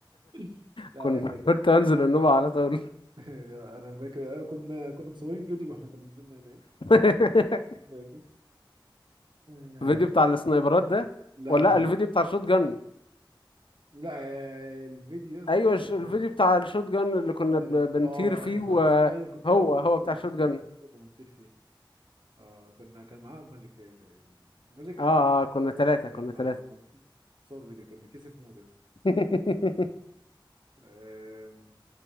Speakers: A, on the right; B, on the left.
A: <laughs> لا
B: كنت
A: لا كان
B: كنت انزل النوبة على طول
A: <laughs> انا فاكر آه، كنا كنا مصورين فيديو واحنا كنا نزلنا هناك
B: <laughs>
A: فاكر آه،
B: الفيديو بتاع السنايبرات ده
A: لا
B: ولا
A: لا
B: لا، الفيديو بتاع الشوت جن
A: لا آه، الفيديو يا اسطى
B: ايوه الش-
A: اللي
B: الفيديو
A: هو
B: بتاع الشوت جن اللي كنا
A: تقريبا
B: ب- بنطير
A: اه
B: فيه
A: ايوه صح
B: وهو
A: صح. ايوه كنت ايوه كنت
B: هو
A: لسه
B: بتاع
A: اقول
B: الشوت
A: لك كنت
B: جن
A: لسه أقول لك كنا بنطير فيه اه كنا كان معاها ماجيك باي تقريبا ماجيك كان
B: اه
A: بيتكسف
B: آه، كنا
A: قوي
B: ثلاثة
A: يا اسطى لما
B: كنا ثلاثة
A: لما صور فيديو كان بيتكسف موت يا اسطى
B: <laughs>
A: آم،